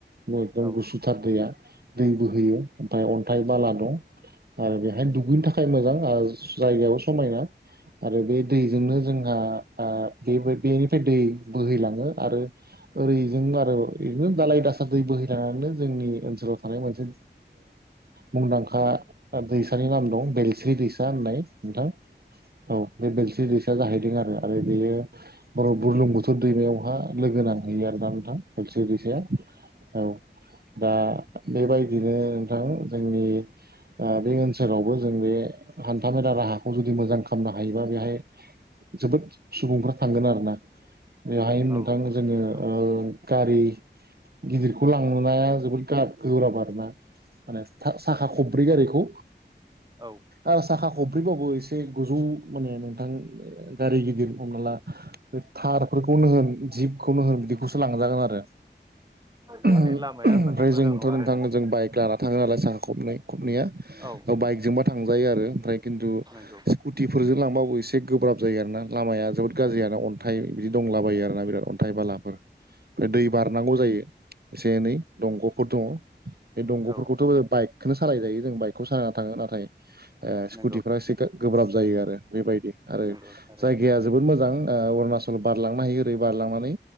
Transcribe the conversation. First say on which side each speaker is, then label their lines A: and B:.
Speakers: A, on the right; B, on the right.
A: एखदम
B: औ
A: गुसुथार दैया दै बोहोयो ओमफ्राय अन्थाइ बाला दं आरो बेहाय दुगैनो थाखाय थाखाय मोजां जायगायाबो समायना आरो बे दैजोंनो जोंहा ओ बेबो बेनिफ्राय दै बोहैलाङो आरो ओरै जों आरो बिदिनो दालाय दासा दै बोहैलांनानैनो जोंनि ओनसोलाव थानाय मोनसे मुंदांखा दैसानि नाम दं बेलस्रि दैसा होननाय नोंथां औ बे बेलस्रि दैसा जाहैदों आरो आरो बेयो बुरलुंबुथुर दैमायावहा लोगो नांहैयो आरो दा ना बेलस्रि दैसाया औ दा बेबायदिनो नोंथां जोंनि बे ओन- ओनसोलावबो जों बे हान्थामेला राहाखौ जुदि मोजां खालामनो हायोबा बेहाय जोबोद सुबुंफ्रा थांगोन आरोना बेहाय नोंथां
B: औ
A: जोङो
B: नंगौ
A: गारि गिदिरखौ लांनाया जोबोद गोब्राब आरोना माने साखा खब्रै गारिखौ
B: औ
A: आरो साखा खब्रैबाबो एसे गोजौ माने नोंथां गारि गिदिर हमना ला बे थारफोरखौनो होन जिपखौनो होन बिदिखौसो लां- जागोन आरो ओमफ्राय
B: माने लामाया माने मोजां
A: जोंथ'
B: नङा आरो
A: नोंथां जों बाइक लाना थाङो नालाय साखा खबनै खबनैया
B: औ
A: बाइकजोंबा थांजायो आरो ओमफ्राय खिन्थु
B: नंगौ
A: स्कुटिफोरजों लांबाबो एसे गोब्राब जायो आरो ना लामाया जोबोद गाज्रियानो अन्थाइ बिदि दंलाबायो आरो ना बिराद अन्थाइ थाइ बालाफोर ओमफ्राय दै बारनांगौ जायो एसे एनै दंग'फोर दङ' बे दंग'फोरखौथ'
B: औ
A: बाइक खोनो सालायजायो जों बाइकखौ सालायना थाङो नाथाय ओ स्कुटिफोरा
B: नंगौ
A: एसे गोब्राब जायो आरो बेबायदि आरो
B: नंगौ थारैनो
A: जायगाया जोबोद मोजां अरुणाचल बारलांनो हायो दै बारलांनानै